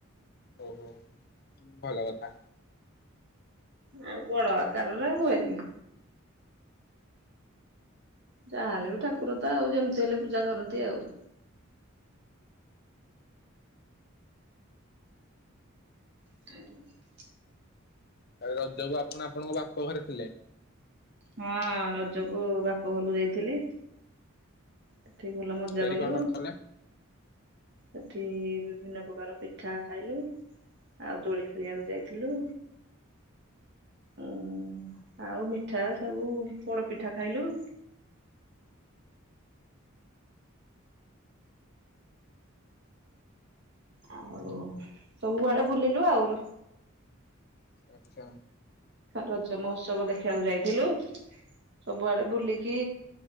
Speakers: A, on the left (about 50°); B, on the right (about 55°).
A: ଓହୋ। ଭଲ କଥା।
B: ଆ ବଡ ଆକାରରେ ହୁଏନି। ଯାହାହେଲେ ବି ଠାକୁର ତ। ଆଉ ଯେମିତି ହେଲେ ପୂଜା କରନ୍ତି ଆଉ ଏମିତି
A: ତାହେଲେ ରଜକୁ ଆପଣ ଆପଣଙ୍କ ବାପ ଘରେ ଥିଲେ?
B: ହଁ, ରଜକୁ ବାପ ଘରକୁ ଯାଇଥିଲି। ସେଠି ଭଲ ମଜା
A: ସେଠି
B: କଲୁ।
A: କଣ କଣ କଲେ?
B: ସେଠି ବିଭିନ୍ନ ପ୍ରକାର ପିଠା ଖାଇଲୁ। ଆଉ ଦୋଳି ଖେଳିବାକୁ ଯାଇଥିଲୁ। ଉଁ ଆଉ ମିଠା ସବୁ ପୋଡ ପିଠା ଖାଇଲୁ। ଆଉ ସବୁଆଡେ ବୁଲିଲୁ ଆଉ
A: ଆଚଛା।
B: ରଜ ମହୋତ୍ସବ ଦେଖିବାକୁ ଯାଇଥିଲୁ। ସବୁଆଡେ ବୁଲିକି